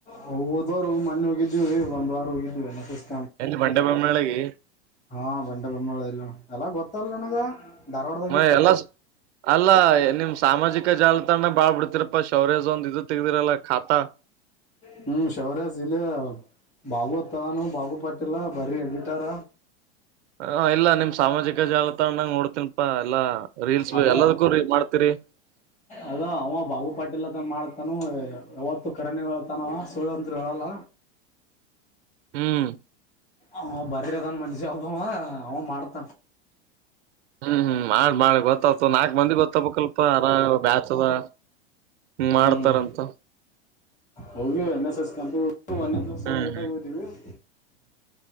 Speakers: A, on the left; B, on the right.
A: ಹ ಹೋದ್ವಾರು ಮನ್ನೆ ಹೋಗಿದ್ವಿ ಒಂದ್ ವಾರ ಹೋಗಿದ್ <unintelligible>
B: ಎಲ್ಲಿ ಬಂಡೆ ಬೊಮ್ಮ ಮಳಗೆ.
A: ಹಾ ಬಂಡೆ ಬೊಮ್ಮಾಳ ಇಲ್ ಅಣ್ಣ ಎಲ್ಲ ಗೊತ್ತಲ್ ನಿನಗ ಧಾರ್ವಾಡ್.
B: ಮ ಎಲ್ಲಾಸ್. ಅಲ್ಲ ನಿಮ್ ಸಾಮಾಜಿಕ ಜಾಲತಾಣ ಬಾಳ್ ಬಿಡ್ತಿರಪ್ಪಾ ಶೌರ್ಯ ಒಂದ ಇದು ತೆಗ್ದಿರಲ್ಲಾ ಖಾತಾ.
A: ಹ್ಮ್ ಶೌರ್ಯ ಜಿಲ್ಲ ಭಾಗವತಾನ ಬಾಗು ಪಾಟ್ಟಿಲ್ಲ ಬರೀ ಎಡಿಟರ.
B: ಹ ಇಲ್ಲ ನಿಮ್ ಸಾಮಾಜಿಕ ಜಾಲತಾಣಾಗ ನೋಡ್ತಿನಿ ಪಾ ಎಲ್ಲಾ ರೀಲ್ಸ್
A: ಅದೇ
B: ಎಲ್ಲದಕ್ಕೂ ಮಾಡ್ತೀರಿ. <inaudible>
A: ಅದ ಅವ ಬಾಬು ಪಾಟೀಲ್ ಅದ ಮಾಡ್ತಾನು ಯಾವತ್ತು ಕರೆನೆ ಹೆಳ್ತಾನವ ಸುಳ್ತ್ರು ಹೇಳಲ್ಲ.
B: <unintelligible> ಹ್ಮ್
A: ಆ ಬರರದನ್ ಮನ್ಸಿ ಅವಬ ಅವ ಮಾಡ್ತನ್
B: ಹ್ಮ್ ಹ್ಮ್ ಮಾಡ್ ಮಾಡಿ ಗೊತ್ತತ ನಾಲ್ಕ್ ಮಂದಿ ಗೊತ್ತ ಬಲ್ಪ ದ ಮಾಡ್ತಾರಂತ.
A: ಹ್ಮ್ ಹೋಗಿ ಎನ್ ಎಸ್ ಎಸ್ ಕಂಪ್ನಿ ಒಂದೆ ದಿವಸ್
B: ಹ್ಮ್
A: ಲೇಟಾಗಿದಿವಿ. <inaudible>